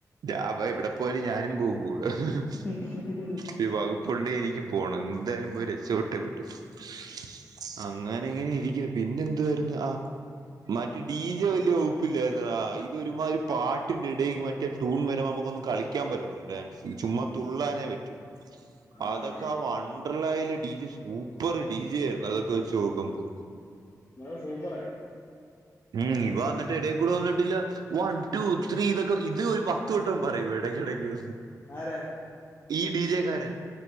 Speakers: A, on the right; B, on the left.
A: രാവ ഇവിടെ പോല ഞാനും പോ കൂട് <unintelligible>
B: <inaudible>
A: ബീമാപലിഎനിക്കു പോകണം എന്തായാലും രക്ഷപട്ടെ പറ്റത്തൊള്ളൂ <inaudible> അങ്ങന ഇങ്ങനെ ഇരിക്കുന്നു പിന്നെന്ന്തുയിരുന്നു ആ മറ്റേ ഡി ജെ വലിയ വകുപ്പില്ലായിരുന്നാ ഇതൊ ഒരുമാതി ഒരു പാട്ടിന്റെ ഇടക്ക് മറ്റേത് ടൂൺ വരെ നമുക്കൊന്നും കളിക്കാൻ പറ്റത്തില്ല ഡാൻസ് ചുമത്തുള്ളാനേ പറ്റൂ
B: ആഹ്
A: അതൊക്കെ ആ വണ്ടർലായല ഡിജെ സൂപ്പർ ഡിജെ ആയിരുന്നു അതൊക്കെ വെച്ച് നോക്കുമ്പ്പോൾ
B: ആഹ് സൂപ്പർായിരുന്നു
A: ഉം ഇവ ന്നട്ട് എടേയ് കൂടെ വന്നിട്ടില്ല വൺ ടു ത്രീ ഇതൊക്കെ ഇത് ഒരു പത്ത് വട്ടം പറയൂ ഇടക്കിടക്ക്
B: ആരെ
A: ഈ ഡി ജെക്കാരൻ